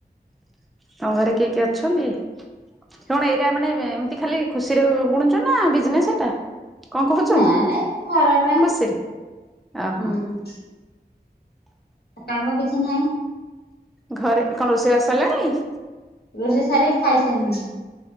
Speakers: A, in the centre; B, on the left (about 65°).
A: ତମ ଘରେ କିଏ କିଏ ଅଛନ୍ତି? କଣ ଏଇଟା ମାନେ ଏମତି ଖାଲି ଖୁସିରେ ବୁଣୁଚ ନା ବିଜନେସ୍ ଏଟା। କଣ କୋହୁଚ?
B: ନା ନାଇଁ ଘର ପାଇଁ।
A: ଖୁସିରେ ଓ
B: ହୁଁ
A: ହଁ।
B: କାମ କିଛି ନାହିଁ।
A: ଘରେ କଣ ରୋଷେଇବାସ ସରିଲାଣି?
B: ରୋଷେଇ ସାରିକି ଖାଇସାରିଲୁଣି।